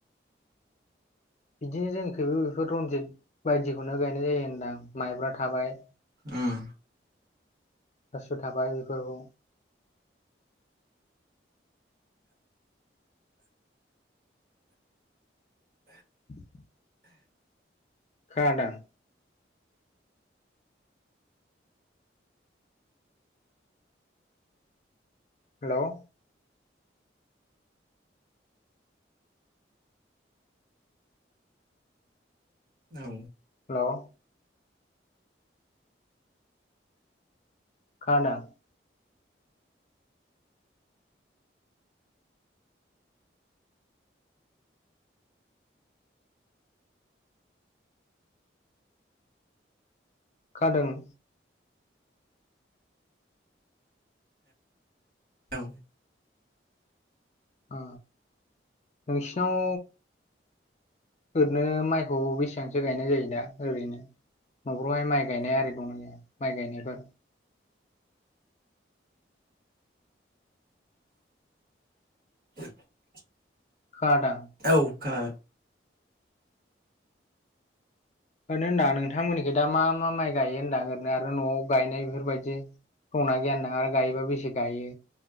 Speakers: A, on the left; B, on the right.
A: बिदिनो जों खबो बेफोर रनजित बायदिखौनो गायनाय जायो होनदां माइब्रा थाबाय।
B: उम।
A: बासु थाबाय बेफोरखौ <inaudible> खोनादों? हेल'।
B: औ।
A: हेल'। खोनादों? खोनादों?
B: औ।
A: औ नोंस्नाव। ओरैनो माइखौ बेसेबांसो गायनाय जायो दा ओरैनो न'खफ्रावहाय माइ गायनाया आरि दंना गैया माइ गायनायफोर
B: <unintelligible>
A: खोनादों
B: औ खोनादों
A: होनो होनदा नोंथांमोननिखौ दा मा मा माइ गायो होनदां ओरैनो आरो न'आव गायनाय बेफोरबायदि थौना गियान नाङा आरो गायोबा बेसे गायो